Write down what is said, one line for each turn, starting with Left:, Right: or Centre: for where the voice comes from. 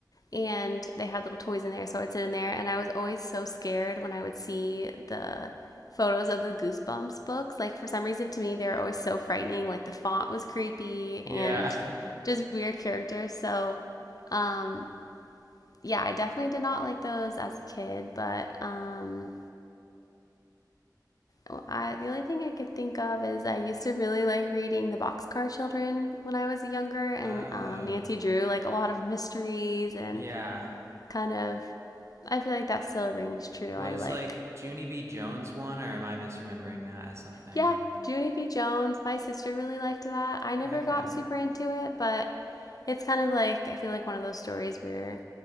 Left: and they had little toys in there so i'd sit in there and i was always so scared when i would see the photos of the goosebumps books like for some reason to me they were always so frightening like the font was creepy
Right: yeah.
Left: and just weird characters so um yeah i definitely did not like those as a kid but um Oh, I, the only thing I could think of is I used to really like reading the Boxcar Children when I was younger, and
Right: <laughs> oh.
Left: um, Nancy Drew, like a lot of mysteries and
Right: Yeah.
Left: kind of. I feel like that still rings true.
Right: Was
Left: I like,
Right: like Junie B Jones one or am I misremembering that as something?
Left: yeah, Junie B. Jones. My sister really liked that. I never
Right: Okay.
Left: got super into it, but it's kind of like I feel like one of those stories where